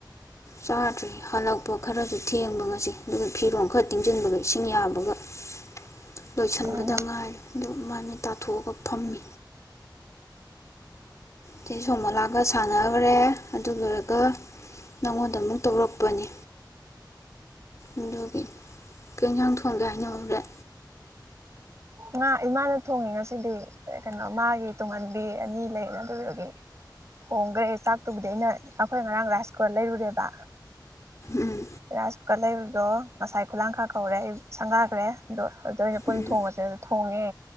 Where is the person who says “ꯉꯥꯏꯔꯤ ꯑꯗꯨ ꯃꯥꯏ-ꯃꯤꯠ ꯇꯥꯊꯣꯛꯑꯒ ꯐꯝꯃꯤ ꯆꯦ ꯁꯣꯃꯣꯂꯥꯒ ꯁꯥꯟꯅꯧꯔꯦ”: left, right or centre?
Left